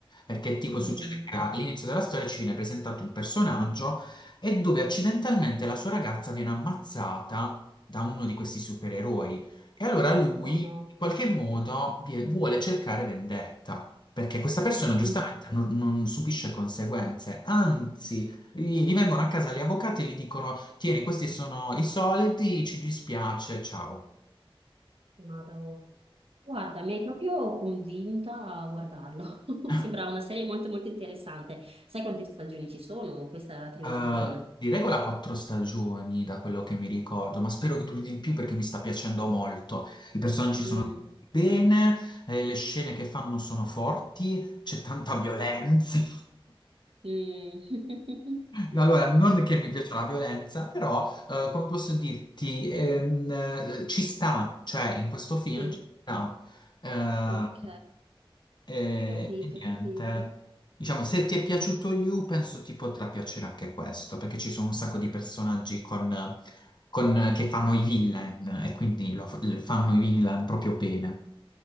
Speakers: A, on the left; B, on the right.
A: Perché tipo
B: Mm,
A: succede che all'inizio della storia ci viene presentato un personaggio e dove accidentalmente la sua ragazza viene ammazzata da uno di questi supereroi. E allora lui,
B: Oh no.
A: in qualche modo, vie- vuole cercare vendetta. Perché questa persona giustamente
B: Mm.
A: non, non subisce conseguenze, anzi, gli, gli vengono a casa gli avvocati e gli dicono: Tieni, questi sono i soldi, ci dispiace, ciao.
B: Vado. Guarda, mi hai proprio convinta a guardarlo.
A: <laughs>
B: <laughs> Sembrava una serie molto molto interessante. Sai quante stagioni ci sono? Questa è la prima
A: Eh,
B: stagione.
A: di regola quattro stagioni da quello che mi ricordo, ma spero che duri di più perché mi sta piacendo molto. I personaggi sono
B: Mm.
A: bene, eh, le scene che fanno sono forti, c'è tanta violenza. <laughs>
B: Mm. <laughs>
A: Allora, non che mi piaccia la violenza, però, eh, come posso dirti, ehm, eh, ci sta, cioè in questo film
B: Sì,
A: ci sta. Eh,
B: ok,
A: e,
B: capito,
A: e niente,
B: capito.
A: diciamo, se ti è piaciuto You, penso ti potrà piacere anche questo, perché ci sono un sacco di personaggi con, con- che fanno i villain e quindi lo- fanno i villain proprio bene.